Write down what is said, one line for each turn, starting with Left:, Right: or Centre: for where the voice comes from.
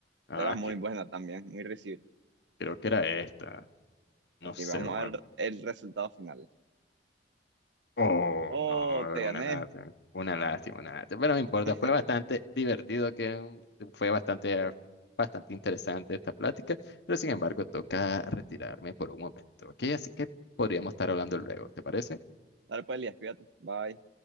Left: Ah,
Right: Era muy
Left: que,
Right: buena también, muy reci-
Left: creo que era esta. No
Right: Ok,
Left: sé,
Right: vamos
Left: vamos
Right: a
Left: a
Right: ver
Left: ver.
Right: el resultado final.
Left: Oh,
Right: Oh,
Left: no,
Right: te gané.
Left: una lástima. Una lástima, una lástima. Pero no importa,
Right: <laughs>
Left: fue bastante divertido, que fue bastante, bastante interesante esta plática. Pero sin embargo, toca retirarme por un momento, ¿ok? Así que podríamos estar hablando luego, ¿te parece?
Right: Dale pues, Elías, cuídate. Bye.